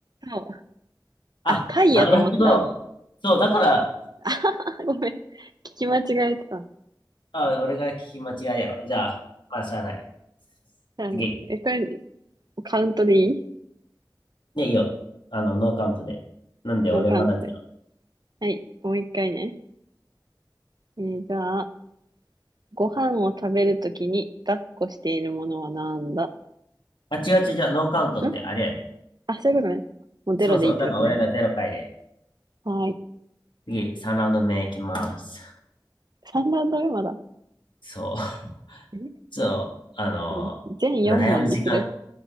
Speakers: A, on the right; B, on the left.
A: そう。
B: あ、
A: あ、貝やと思ってた。
B: なるほど。そう、だから、
A: <laughs> ごめん。聞き間違えてた。
B: あ、俺が聞き間違いやわ。じゃあ、まあ、しゃあない。
A: じゃあね、
B: 次。
A: え、これ、カウントでいい
B: ね、いいよ。あの、ノーカウントで。なんで俺まだゼロ。
A: ノーカウントで。はい、もう一回ね。えーじゃあ、ご飯を食べるときに抱っこしているものはなんだ
B: あ、違う違う違う、ノーカウントってあれやね。
A: んあ、そういうことね。もうゼロでいいってことね。
B: そうそう、だから俺がゼロ回で。
A: はーい。
B: 次、3ラウンド目いきます。
A: 3ランド目まだ。
B: そう。<laughs>
A: えじ
B: ちょっと、あのー悩む時間。
A: ゃあ全4問にする